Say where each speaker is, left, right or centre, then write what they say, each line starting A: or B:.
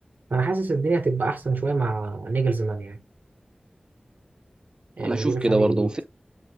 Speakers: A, on the right; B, on the right.
A: أنا حاسس الدنيا هتبقى أحسن شوية مع نيجلزمان يعني آه،
B: انا
A: المدير
B: اشوف
A: الفني
B: كده برضه
A: الجديد